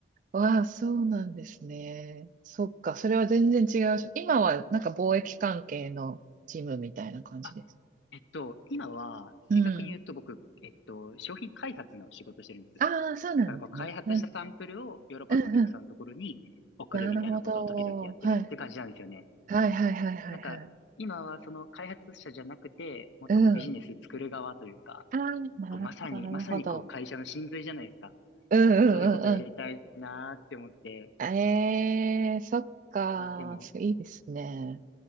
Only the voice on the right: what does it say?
わあ、そうなんですね。そっか、それは全然違うし。今はなんか貿易関係のチームみたいな感じです。
うん。
ああ、そうなんですね。
うん、うん、うん。なるほど。はい。はい、はい、はい、はい、
はい。
うん。ああ、なるほど、
なるほど。
うん、
うん、うん、うん。ええ、そっか、
いいですね。